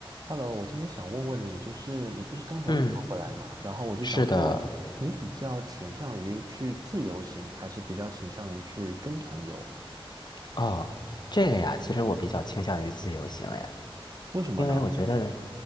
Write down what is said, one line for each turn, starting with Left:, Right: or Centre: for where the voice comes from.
Right: Hello，我今天想问问你，就是你不是刚从日本回来嘛？
Left: 嗯，
Right: 然后我就想说，
Left: 是的，
Right: 你比较倾向于去自由行，还是比较倾向于去跟团游？
Left: 哦，这个呀，其实我比较倾向于自由行，哎，
Right: 为什么呢？
Left: 因为我觉得，